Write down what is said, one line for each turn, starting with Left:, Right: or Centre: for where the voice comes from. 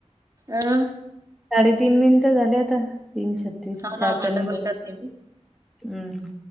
Right: अं
Centre: साडेतीन मिनिटं झाले आता तीन छत्तीस
Right: हा ना
Centre: चार
Right: ना
Centre: चार मिनिट
Right: डबल करते मी
Centre: हम्